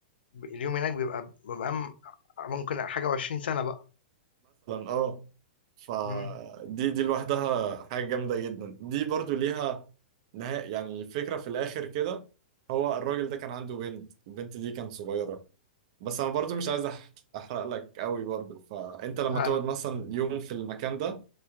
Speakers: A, on the left; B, on the right.
A: اليوم هناك بيبقى بيبقى م- ممكن حاجه وعشرين سنه بقى
B: أه فدي
A: مم.
B: دي لوحدها حاجة جامدة جدا دي برضو ليها نهاية يعني فكرة في الآخر كده هو الراجل ده كان عنده بنت البنت دي كانت صغيرة بس أنا برضو مش عايز أحك- أحرق لك قوي برضو فأنت لما
A: لا
B: تقعد
A: لا
B: مثلا يوم في المكان ده